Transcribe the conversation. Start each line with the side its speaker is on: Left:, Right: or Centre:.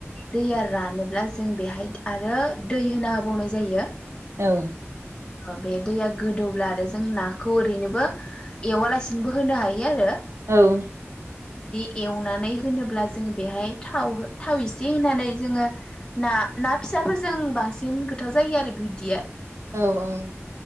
Left: दैया रानोब्ला जों बेहाय आरो दै होना होबावनाय जायो।
Right: औ ।
Left: अ बे दैया गोदौब्ला आरो जों नाखौ ओरैनोबो एवालासिनोबो होनो हायो आरो
Right: औ ।
Left: बि एवनानै होनोब्ला जोङो बेहाय थाव थाव इसे होनानै जोङो ना ना फिसाफोरजों बांसिन गोथाव जायो आरो बिदिया ।
Right: औ औ ।